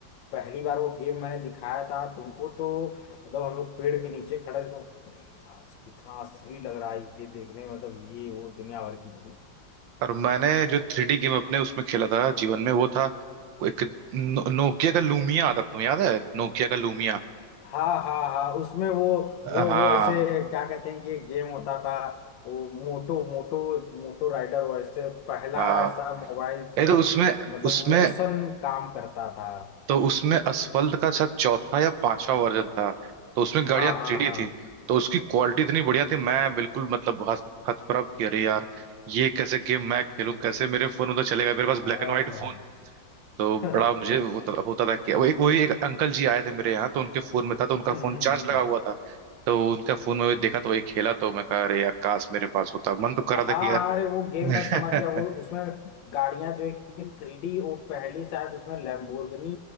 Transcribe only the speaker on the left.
पहली बार वो गेम मैंने दिखाया था तुमको तो मतलब हम लोग पेड़ के नीचे खड़े थे तो अरे यार कितना असली लग रहा है ये देखने में मतलब ये वो दुनिया भर की चीज
हाँ हाँ हाँ उसमें वो
वो वो ऐसे क्या कहते हैं कि गेम होता था वो मोटो मोटो मोटो राइडर वो ऐसे पहला
ऐसा मोबाइल जिसमें
मतलब
मोशन काम करता था
हाँ हाँ
हाँ
हाँ
<laughs>
हम्म
हम्म
हम्म
हाँ
हाँ,
अरे वो
गेम मैं समझ गया वो
उसमें गाड़ियां जो है कि थ्री डी वो पहली शायद उसमें लैम्बोर्गिनी